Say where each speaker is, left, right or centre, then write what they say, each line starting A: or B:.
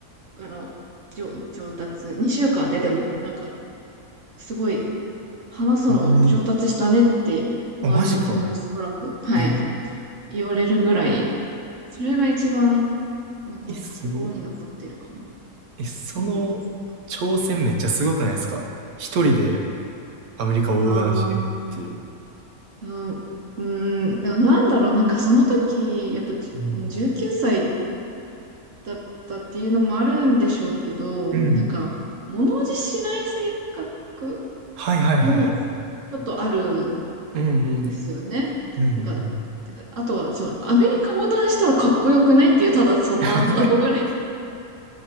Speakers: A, on the right (about 60°); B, on the right (about 80°).
A: あの、じょ上達、2週間ででも、なんか、すごい、話すの上達したねって、
B: うん。ええ
A: 周りの友達からも、
B: あ、マジか。
A: はい、
B: え
A: 言われるぐらい、それが一番残
B: ええ、すごい。
A: 心に残ってるかな。
B: え、その挑戦めっちゃすごくないですか一人で
A: うん。
B: アメリカ横断しようっていう。
A: ああ、うん、うん、でもなんだろう、なんかその時、やっぱじ19歳
B: うん。
A: だったっていうのもあるんでしょうけど、
B: うん
A: なんか、物おじしない性格
B: はいはいはいはい。
A: もちょっとあるん
B: うんうん。
A: ですよね。
B: うんうん。
A: なんか、なんかあとは、その、アメリカ横断したらかっこよくないっていう、ただその憧憧れ
B: <laughs>